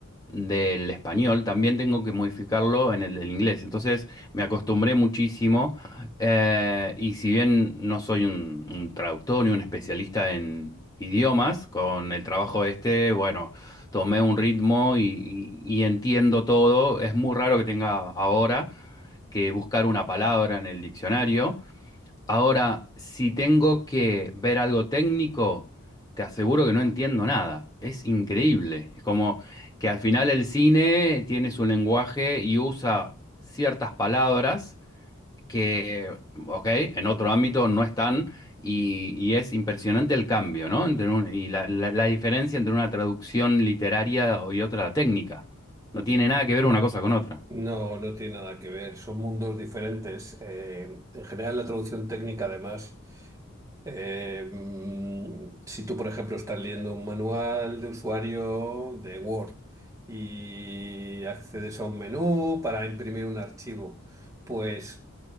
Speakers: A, on the left; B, on the right.
A: del español, también tengo que modificarlo en el del inglés. Entonces me acostumbré muchísimo eh, y si bien no soy un, un traductor ni un especialista en idiomas, con el trabajo este, bueno, tomé un ritmo y, y- y entiendo todo. Es muy raro que tenga ahora que buscar una palabra en el diccionario. Ahora, si tengo que ver algo técnico, te aseguro que no entiendo nada. Es increíble. Es como que al final el cine tiene su lenguaje y usa ciertas palabras que, ok, en otro ámbito no están y, y es impresionante el cambio, ¿no? Entre un- y la, la- la diferencia entre una traducción literaria y otra técnica. No tiene nada que ver una cosa con otra.
B: No, no tiene nada que ver, son mundos diferentes. Eh, en general, la traducción técnica, además. Eh, mm, si tú, por ejemplo, estás leyendo un manual de usuario de Word y accedes a un menú para imprimir un archivo, pues